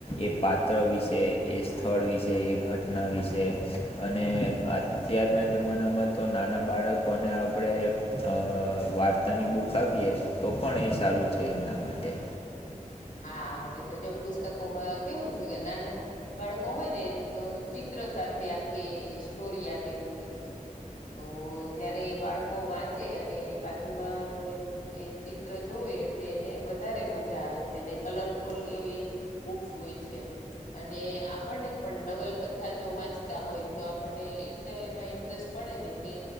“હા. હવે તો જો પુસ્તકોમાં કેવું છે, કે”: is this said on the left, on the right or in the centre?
Left